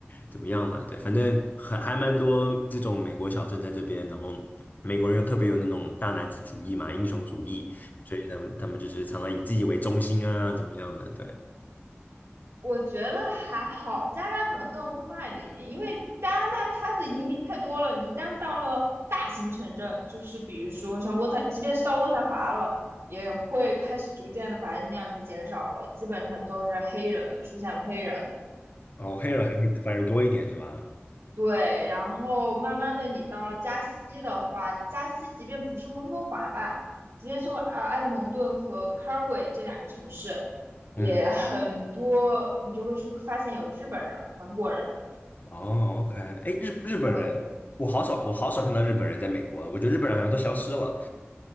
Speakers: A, on the left; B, on the right.
A: 怎么样呢？对，反正很还蛮多这种美国小镇在这边，然后美国人又特别有那种大男子主义嘛，英雄主义。所以他们他们就是常常以自己为中心啊，怎么样的？对，
B: 我觉得还好，加拿大可能更 open mind 一点，因为加拿大它的移民太多了，你一旦到了大型城镇，就是比如说像渥太，即便是到渥太华了，也会开始逐渐的白人量就减少了，基本上都是黑人了，出现了黑人。
A: 哦，黑人还是反而多一点是吧？
B: 对，然后慢慢的你到了加西的话，加西即便不是温哥华吧，即便是我呃埃德蒙顿和 c a l g a y 这两个城市，也很多，
A: 嗯，
B: 你就会出发现有日本人、韩国人。
A: 哦，OK，哎，日日本人，
B: 对，
A: 我好少我好少看到日本人在美国，我觉得日本人好像都消失了